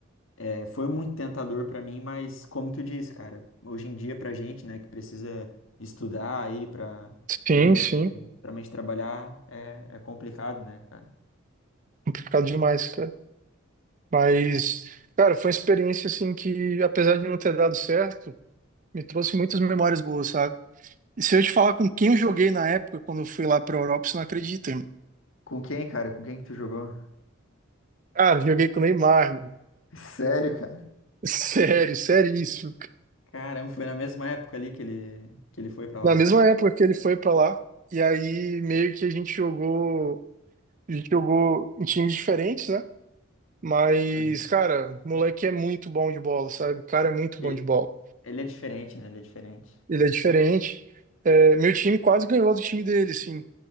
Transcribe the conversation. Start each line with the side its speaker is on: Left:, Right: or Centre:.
Left: é, foi muito tentador pra mim, mas como tu disse, cara, hoje em dia pra gente, né, que precisa estudar aí pra futuramente,
Right: sim, sim.
Left: futuramente trabalhar, é, é complicado, né, cara?
Right: Complicado demais, cara. Mas, cara, foi uma experiência assim que, apesar de não ter dado certo, me trouxe muitas memórias boas, sabe? E se eu te falar com quem eu joguei na época, quando eu fui lá pra Europa, você não acredita, irmão.
Left: Com quem, cara? Com quem que tu jogou?
Right: Cara, eu joguei com o Neymar, meu.
Left: <laughs> Sério, cara?
Right: <laughs> Sério, seríssimo.
Left: Caramba, foi na mesma época ali que ele, que ele foi pra lá.
Right: Na mesma época que ele foi pra lá, e aí meio que a gente jogou, a gente jogou em times diferentes, né? Mas,
Left: Uhum.
Right: cara, o moleque é muito bom de bola, sabe? O cara é muito
Left: Ele,
Right: bom de bola.
Left: ele é diferente, né? Ele é diferente.
Right: Ele é diferente. É, meu time quase ganhou do time dele, assim.